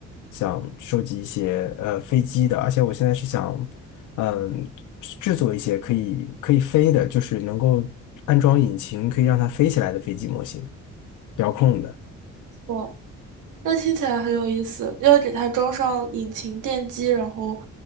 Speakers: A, on the left; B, on the right.
A: 想收集一些呃飞机的，而且我现在是想嗯制作一些可以可以飞的，就是能够安装引擎可以让它飞起来的飞机模型，遥控的。
B: 我。那听起来很有意思，要给它装上引擎电机，然后